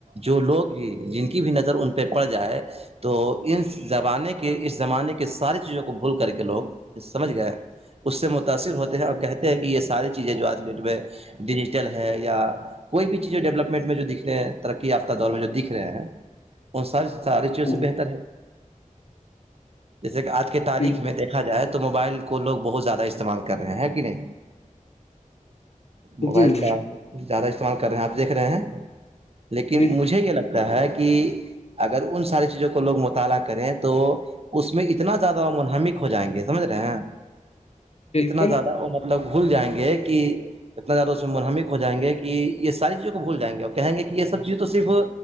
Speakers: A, on the right; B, on the left.
A: جو لوگ بھی جن کی بھی نظر ان پہ پڑ جائے تو ان زبانے کے اس زمانے کے ساری چیزوں کو بھول کر کے لوگ سمجھ گئے اس سے متاثر ہوتے ہیں اور کہتے ہیں کہ یہ ساری چیزیں جو آج ڈیٹ پہ ڈیجیٹل ہے یا کوئی بھی چیز جو ڈیولپمنٹ میں جو دکھ رہے ہیں ترقی فہ دور میں جو دکھ رہے ہیں ان ساری ساری چیزوں سے
B: جی
A: بہتر ہے جیسے کہ آج کی تاریخ
B: بالکل
A: میں دیکھا جائے تو تو موبائل کو لوگ بہت زیادہ استعمال کر رہے ہیں کہ نہیں موبائل
B: جی جی
A: کا زیادہ استعمال کر رہے ہیں آپ دیکھ رہے ہیں لیکن
B: بالکل
A: مجھے یہ لگتا کہ ہے کہ اگر ان ساری چیزوں کو لوگ مطالعہ کریں تو اس میں اتنا زیادہ منہمک ہو جائیں گے سمجھ رہے ہیں
B: بالکل
A: اتنا زیادہ وہ مطلب گھول جائیں گے کہ ات زیادہ اس میں منہمک ہوائ گے کہ یہ ساری چیزوں کو بھول جائیں گے اور کہیں گے کہ یہ سب چیزیں تو صرف